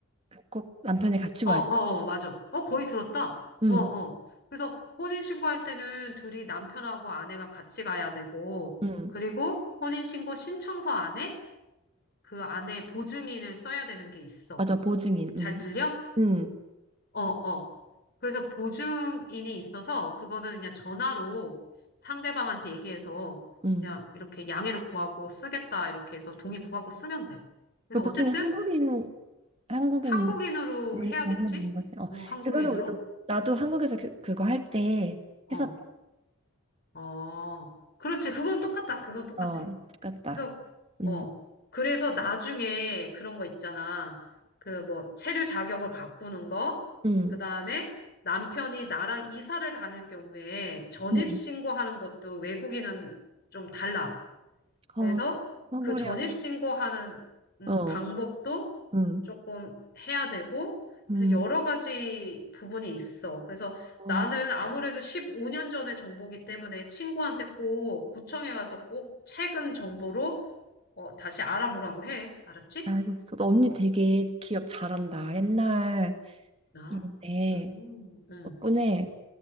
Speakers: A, on the right (about 30°); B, on the left (about 50°).
A: 꼭 남편이 같이
B: 어,
A: 와야
B: 어,
A: 돼.
B: 어, 맞아. 어, 거의 들었다.
A: 응,
B: 어, 어. 그래서 혼인신고할 때는 둘이 남편하고 아내가 같이 가야 되고,
A: 응.
B: 그리고 혼인신고 신청서 안에 그 안에 보증인을 써야 되는 게 있어.
A: 맞아, 보증인.
B: 잘
A: 응,
B: 들려?
A: 응,
B: 어, 어. 그래서 보증인이 있어서 그거는 그냥 전화로 상대방한테 얘기해서
A: 응.
B: 그냥 이렇게 양해를 구하고 쓰겠다 이렇게 해서 동의 구하고 쓰면 돼. 그래서
A: 그 보증인
B: 어쨌든
A: 한국인, 한국인
B: 한국인으로
A: 에서
B: 해야겠지?
A: 하면 되는 거지. 어,
B: 어, 한국인으로?
A: 그거는 우리도, 나도 한국에서 그, 그거 할 때
B: 어.
A: 했었다.
B: 어, 그렇지. 그건 똑같다. 그건 똑같아.
A: 어, 똑같다.
B: 그래서,
A: 응,
B: 어, 그래서 나중에 그런 거 있잖아. 그 뭐, 체류 자격을 바꾸는 거,
A: 응,
B: 그 다음에 남편이 나랑 이사를 다닐 경우에 전입
A: 응.
B: 신고하는 것도 외국인은 좀 달라. 그래서
A: 어, 어,
B: 그
A: 머리
B: 전입신고하는
A: 아파.
B: 음,
A: 어,
B: 방법도
A: 응,
B: 조금 해야 되고,
A: 응.
B: 그래서 여러 가지 부분이 있어. 그래서
A: 어,
B: 나는 아무래도 15년 전의 정보기 때문에 친구한테 꼭 구청에 가서 꼭 최근 정보로 어, 다시 알아보라고 해. 알았지?
A: 알겠어. 너 언니 되게 기억 잘한다. 옛날.
B: 나.
A: 인데
B: 음, 음,
A: 덕분에